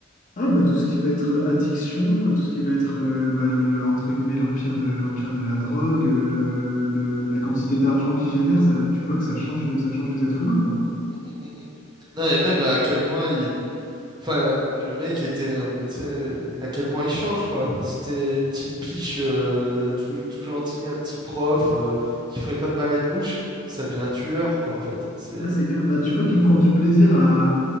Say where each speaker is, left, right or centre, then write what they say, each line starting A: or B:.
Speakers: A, on the left (about 40°); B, on the right (about 20°).
A: Ah bah tout ce qui va être euh, addiction, euh, tout ce qui va être euh, bah, le- entre guillemets l'empire de l'empire de la drogue, euh, le- le- la quantité d'argent qu'il génère, ça, tu vois que ça change, ça change les êtres humains quoi.
B: Mm, mm, mm, mm. Non, et même à quel point il Enfin, le mec était, euh, tu sais, à quel point il change, quoi. C'était une petite biche, euh, tout, tout gentil, un petit prof, euh, qui ferait pas de mal à une mouche. Ça devient un tueur, quoi, en fait. C'est...
A: Ah c'est clair. Bah tu vois qu'il prend du plaisir à,